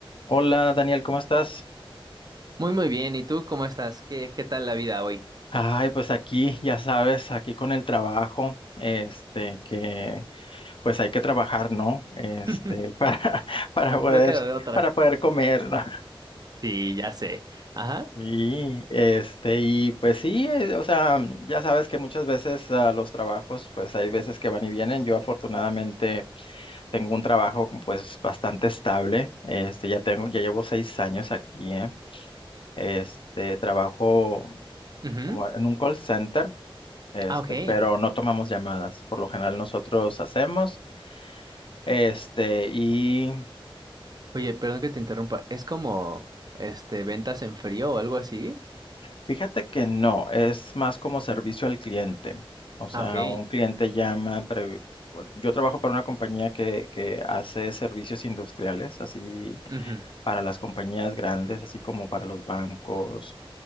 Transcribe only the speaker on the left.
Hola Daniel, ¿cómo estás?
Ay, pues aquí, ya sabes, aquí con el trabajo, este, que pues hay que trabajar, ¿no? Este,
<laughs> para, para poder,
para poder comer, ¿no?
Y este, y pues sí, eh, o sea, ya sabes que muchas veces ah, los trabajos, pues hay veces que van y vienen. Yo afortunadamente tengo un trabajo pues bastante estable. Este, ya tengo, ya llevo seis años aquí, ¿eh? Este, trabajo
como en un call center. Este,
pero no tomamos llamadas. Por lo general nosotros hacemos, este, y
fíjate que no, es más como servicio al cliente. O sea,
un cliente llama, pre- bueno, yo trabajo para una compañía que, que hace servicios industriales, así
para las compañías grandes, así como para los bancos,